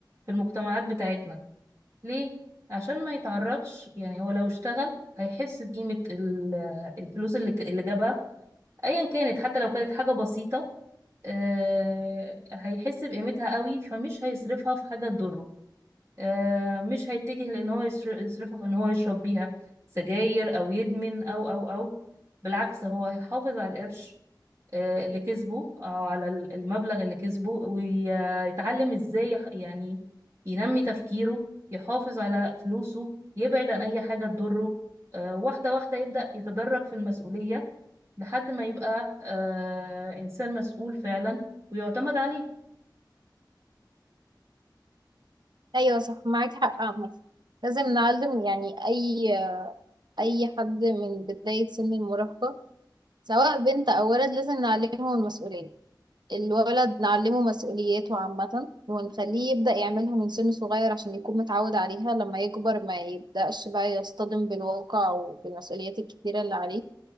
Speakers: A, on the right; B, on the right.
A: في المجتمعات بتاعتنا ليه عشان ما يتعرضش يعني هو لو اشتغل هيحس بقيمة ال- الفلوس اللي ك- اللي جابها ايا كانت حتى لو كانت حاجة بسيطة آه، هيحس بقيمتها قوي فمش هيصرفها في حاجة تضره آه، مش هيتجه لان هو يصر- يصرفها في ان هو يشرب بيها سجاير او يدمن او او او بالعكس هو هيحافظ على القرش آه، اللي كسبه او على ال- المبلغ اللي كسبه ويتعلم ازاي يح- يعني ينمي تفكيره يحافظ على فلوسه يبعد عن اي حاجة تضره آه، واحدة واحدة يبدأ يتدرج في المسؤولية لحد ما يبقى آه، انسان مسؤول فعلا ويعتمد عليه
B: أيوة صح معاك حق عامة لازم نعلم يعني أي أي حد من بداية سن المراهقة سواء بنت أو ولد لازم نعلمه المسؤولية الولد نعلمه مسؤولياته عامة ونخليه يبدأ يعملها من سن صغير عشان يكون متعود عليها لما يكبر ما يبدأش بقى يصطدم بالواقع وبالمسؤوليات الكتيرة اللي عليه